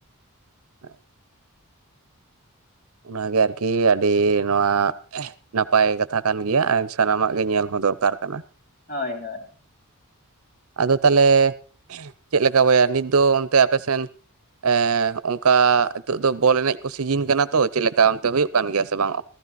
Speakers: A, on the right; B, on the left.
A: <unintelligible> ᱚᱱᱟ ᱜᱮ ᱟᱨᱠᱤ ᱟᱹᱰᱤ ᱱᱚᱣᱟ <unintelligible> ᱱᱟᱯᱟᱭ ᱠᱟᱛᱷᱟ ᱠᱟᱱ ᱜᱮᱭᱟ ᱟᱨ ᱥᱟᱱᱟᱢᱟᱜ ᱜᱮ ᱧᱮᱞ ᱦᱚᱸ ᱫᱚᱨᱠᱟᱨ ᱠᱟᱱᱟ ᱾
B: ᱦᱳᱭ ᱦᱳᱭ ᱾
A: ᱟᱫᱚ ᱛᱟᱦᱚᱞᱮ ᱪᱮᱫ ᱞᱮᱠᱟ ᱵᱚᱭᱦᱟ ᱱᱤᱛ ᱫᱚ ᱚᱱᱛᱮ ᱟᱯᱮ ᱥᱮᱱ ᱮᱸ ᱚᱱᱠᱟ ᱱᱤᱛᱳᱜ ᱫᱚ ᱵᱚᱞ ᱮᱱᱮᱡ ᱠᱚ ᱥᱤᱡᱤᱱ ᱠᱟᱱᱟ ᱛᱚ ᱪᱮᱫ ᱞᱮᱠᱟ ᱚᱱᱛᱮ ᱦᱩᱭᱩᱜ ᱠᱟᱱ ᱜᱮᱭᱟ ᱥᱮ ᱵᱟᱝᱟ?